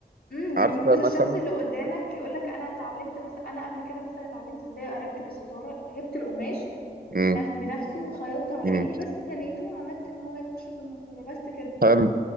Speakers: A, on the left; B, on the right.
A: امم
B: عارفة
A: يعني ممكن
B: مثلا
A: الشخص اللي قدامك يقولك انا اتعلمت مثلا انا قبل كده مثلا اتعلمت ازاي اركب الستاره جبت القماش
B: امم
A: نف- بنفسه وخيطته على
B: امم
A: ايدي بس تنيته وعملت ان هو يخش في الماسوره بس كده
B: حلو